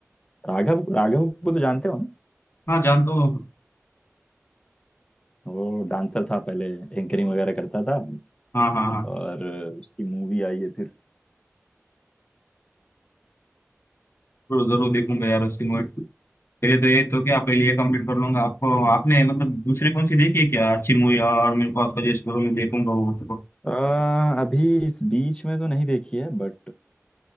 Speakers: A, on the left; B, on the left.
A: राघव राघव को तो जानते हो ना
B: हाँ जानता हूँ
A: वो डांसर था पहले एंकरिंग वगैरह करता था
B: हाँ हाँ हाँ
A: और उसकी मूवी आई है फिर
B: जरूर जरूर देखूंगा यार उसकी मूवी पहले तो ये तो क्या पहले ये कंप्लीट कर लूंगा आपको आपने मतलब दूसरी कौन सी देखी है क्या अच्छी मूवी और मेरे को आप सजेस्ट करो मैं देखूंगा वो
A: अ, अभी इस बीच में तो नहीं देखी है बट